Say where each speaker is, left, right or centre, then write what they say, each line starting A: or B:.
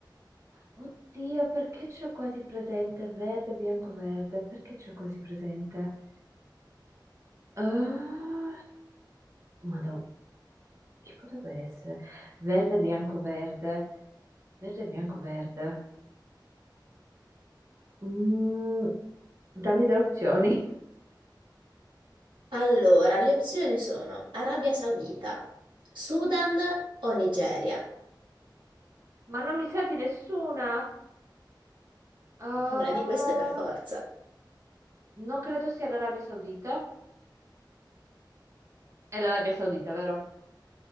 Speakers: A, on the right; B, on the right.
A: Oddio, perché c'ho quasi presente verde, bianco, verde? Perché c'ho quasi presente? Ah, Madonna, chi potrebbe essere? Verde, bianco, verde. Verde, bianco, verde. Mm, dammi delle opzioni.
B: Allora, le opzioni sono Arabia Saudita, Sudan o Nigeria.
A: <laughs> Ma non mi sa di nessuna. Ah,
B: E Una di queste per forza.
A: non credo sia l'Arabia Saudita. È l'Arabia Saudita, vero?